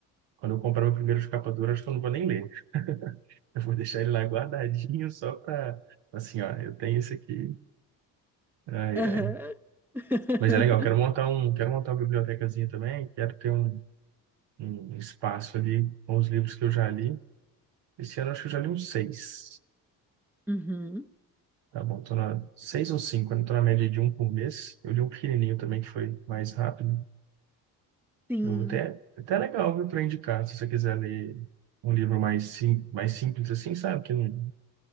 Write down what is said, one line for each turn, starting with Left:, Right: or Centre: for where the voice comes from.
Right: Quando eu comprar meu primeiro de capa dura, acho que eu não vou nem ler. Eu vou deixar ele lá guardadinho só para, assim, ó, eu tenho isso aqui. Ai,
Centre: Aham.
Right: ai.
Centre: <laughs>
Right: Mas é legal, quero montar um, quero montar uma bibliotecazinha também, quero ter um, um espaço ali com os livros que eu já li. Esse ano acho que eu já li uns seis.
Centre: Uhum.
Right: Tá bom, tô na seis ou cinco, eu tô na média de um por mês. Eu li um pequenininho também que foi mais rápido.
Centre: Sim,
Right: Eu até, até legal, viu, para indicar, se você quiser ler um livro mais, sim, mais simples assim, sabe? Que não